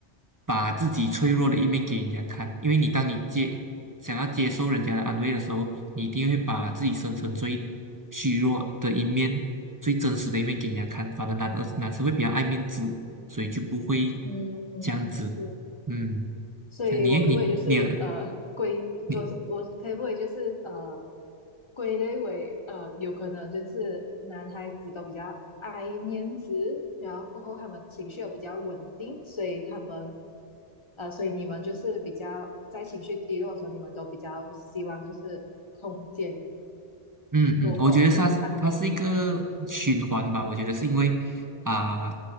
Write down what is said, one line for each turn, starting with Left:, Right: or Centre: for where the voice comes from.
Right: 把自己脆弱的一面给人家看，因为你当你接想要接受人家的安慰的时候，你一定会把自己生成最虚弱的一面、最真实的一面给人家看。反正男儿男生会比较爱面子，所以就不会
Left: 嗯是。
Right: 这样子。嗯，
Left: 所以我可不可以就是呃归，
Right: 像你你你你
Left: 我是我可不可以就是呃归类为呃有可能就是男孩子都比较爱面子，然后过后他们情绪又比较稳定，所以他们呃所以你们就是比较在情绪低落的时候，你们都比较希望就是空间
Right: 嗯嗯，
Left: 多过安慰
Right: 我觉得它是它是一个循环吧。我觉得是因为啊、